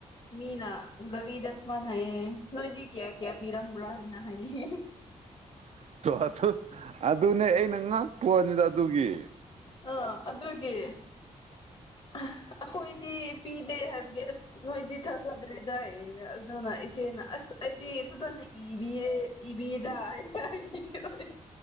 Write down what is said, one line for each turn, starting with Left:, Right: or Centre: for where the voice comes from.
Left: ꯃꯤꯅꯥ ꯒꯥꯔꯤꯗ ꯁꯨꯃꯥꯏꯅ ꯍꯥꯏꯌꯦꯌꯦ ꯅꯣꯏꯗꯤ ꯀꯌꯥ ꯀꯌꯥ ꯄꯤꯔꯝꯕ꯭ꯔꯥ ꯍꯥꯏꯅ ꯍꯥꯏꯌꯦ
Right: ꯑꯗꯨ ꯑꯗꯨꯅꯦ ꯑꯩꯅ ꯉꯛꯄꯋꯅꯤꯗ ꯑꯗꯨꯒꯤ
Left: ꯑꯥ ꯑꯗꯨꯒꯤ ꯑꯥꯍꯥ ꯑꯩꯈꯣꯏꯗꯤ ꯄꯤꯗꯦ ꯍꯥꯏꯕꯒꯤ ꯑꯥꯁ ꯅꯣꯏꯗꯤ ꯊꯥꯖꯗ꯭ꯔꯦꯗꯌꯦ ꯑꯗꯨꯅ ꯏꯆꯦꯅ ꯑꯥꯁ ꯑꯩꯗꯤ ꯐꯖꯅ ꯏꯕꯤꯌꯦ ꯏꯕꯤꯗ ꯍꯥꯏꯅ ꯍꯥ ꯍꯥ ꯍꯥ